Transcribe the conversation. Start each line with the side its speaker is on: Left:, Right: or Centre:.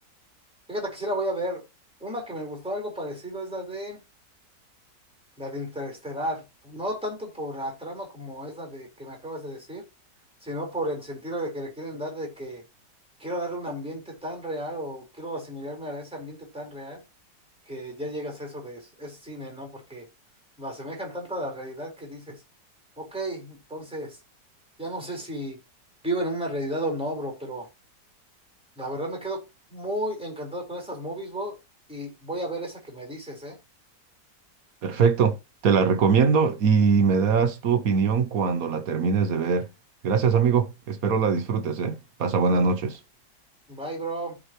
Centre: Fíjate que sí la voy a ver. Una que me gustó algo parecido es la de la de Interestelar. No tanto por la trama como es la de que me acabas de decir, sino por el sentido de que le quieren dar de que quiero darle un ambiente tan real o quiero asimilarme a ese ambiente tan real que ya llegas a eso de es, es cine, ¿no? Porque lo asemejan tanto a la realidad que dices, ok, entonces ya no sé si vivo en una realidad o no, bro, pero la verdad me quedo muy encantado con estas movies, bro, y voy a ver esa que me dices, ¿eh?
Right: Perfecto, te la recomiendo y me das tu opinión cuando la termines de ver. Gracias, amigo. Espero la disfrutes, ¿eh? Pasa buenas noches.
Centre: Bye, bro.